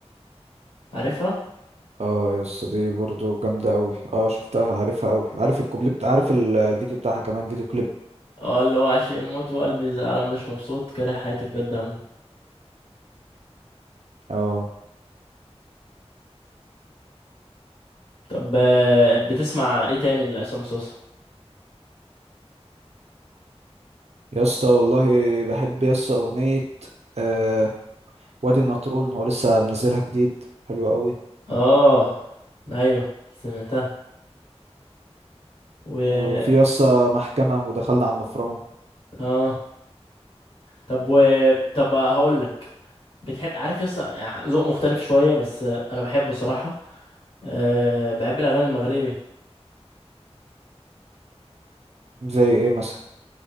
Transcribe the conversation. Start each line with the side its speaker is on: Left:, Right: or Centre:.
Left: عارفها
Right: اه يا اسطى دي برضو جامده قوي اه شفتها عارفها قوي عارف الكوبليه بتاع عارف ال- الفيديو بتاعها كمان فيديو كليب
Left: اه اللي هو عشق الموت وقلبي زعلان مش مبسوط كاره حياتي بجد هموت
Right: اه
Left: طب آه، بتسمع ايه تاني لعصام صوصة
Right: يا اسطى والله بحب يا اسطى اغنيه آه وادي النطرون هو لسه منزلها جديد حلوه قوي
Left: اه ايوه سمعتها و
Right: وفي يا اسطى محكمه ودخلنا على المفرمه
Left: اه طب و طب هقول لك بتحب عارف يس يعني ذوق مختلف شويه بس آه، انا بحبه صراحه أه بحب الاغاني المغربي
Right: زي ايه مثلا